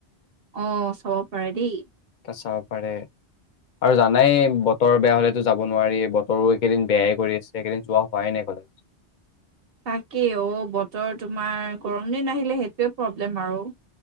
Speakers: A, on the right (about 65°); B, on the left (about 55°).
A: অ চাব পাৰে দেই।
B: চাব পাৰে আৰু জানাই বতৰ বেয়া হলেতো যাব নোৱাৰি বতৰো এইকেইদিন বেয়াই কৰি আছে এইকেইদিন যোৱা হোৱাই নাই ক'লে।
A: তাকেই অ বতৰ তোমাৰ গৰম দিন আহিলে সেইটোৱে প্ৰব্লেম আৰু।